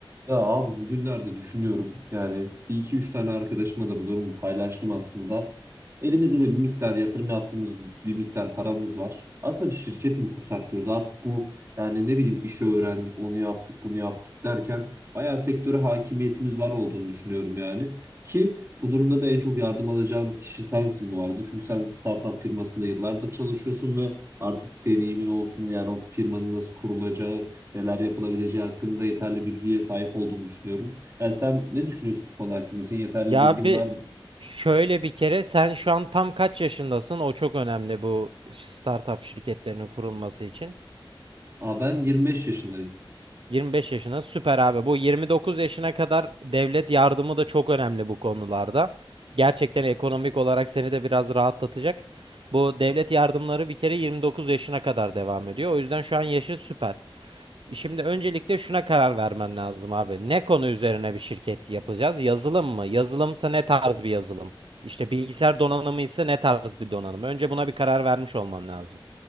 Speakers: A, on the right; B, on the right.
A: Ya abi bugünlerde düşünüyorum yani bir iki üç tane arkadaşıma da bu durumu paylaştım aslında. Elimizde de bir miktar yatırım yaptığımız bir miktar paramız var. Aslında bir şirket mi kursak diyoruz artık bu yani ne bileyim işi öğrendik onu yaptık bunu yaptık derken bayağı sektöre hakimiyetimiz var olduğunu düşünüyorum yani. Ki bu durumda da en çok yardım alacağım kişi sensin bu arada. Çünkü sen startup firmasında yıllardır çalışıyorsun ve artık deneyimin olsun yani o firmanın nasıl kurulacağı neler yapılabileceği hakkında yeterli bilgiye sahip olduğunu düşünüyorum. Yani sen ne düşünüyorsun bu konu hakkında? Senin yeterli
B: Ya
A: bilgin
B: bir
A: vardır.
B: şöyle bir kere sen şu an tam kaç yaşındasın? O çok önemli bu startup şirketlerinin kurulması için.
A: Aa, ben 25 yaşındayım.
B: 25 yaşına süper abi. Bu 29 yaşına kadar devlet yardımı da çok önemli bu konularda. Gerçekten ekonomik olarak seni de biraz rahatlatacak. Bu devlet yardımları bir kere 29 yaşına kadar devam ediyor. O yüzden şu an yaşı süper. Şimdi öncelikle şuna karar vermen lazım abi. Ne konu üzerine bir şirket yapacağız? Yazılım mı? Yazılımsa ne tarz bir yazılım? İşte bilgisayar donanımı ise ne tarz bir donanım? Önce buna bir karar vermiş olman lazım.